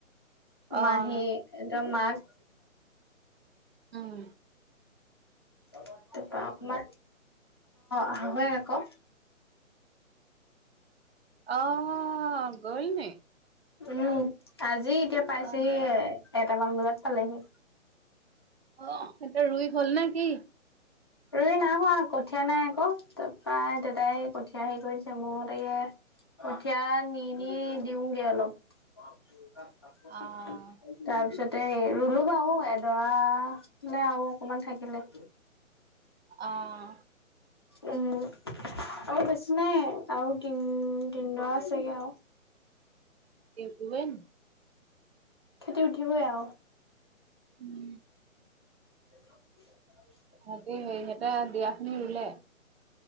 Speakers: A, on the right; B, on the left.
A: অ',
B: মাহি, ৰ, মাছ।
A: অ'।
B: ত, পাপ, মা আহ, হয় আকৌ।
A: অহ, গ'ল নে।
B: উম, আজি এতিয়া পাইছেহি
A: অ',
B: এটামান বজাত পালেহি।
A: অ, এইটা ৰুই হ'ল নেকি।
B: ই, নাই হোৱা। কঠীয়া নাই, আকৌ প্ৰায় দাদাই কঠীয়া হেৰি কৰি দিছে মোৰ তাকে। কঠিয় নি, নি, দিওঁগে অলপ। তাৰপিছত
A: অ',
B: ত, ৰুলো বাও এডৰালে আৰু অকমান থাকিলে।
A: অ'।
B: উম। আৰু বেছি নাই আৰু তিন, তিনদৰা আছেগে আৰু।
A: ৱন
B: খেতি উঠিবই আৰু।
A: উম।
B: <inaudible>
A: সতে, সিহতে বিয়াখনি ৰুলে।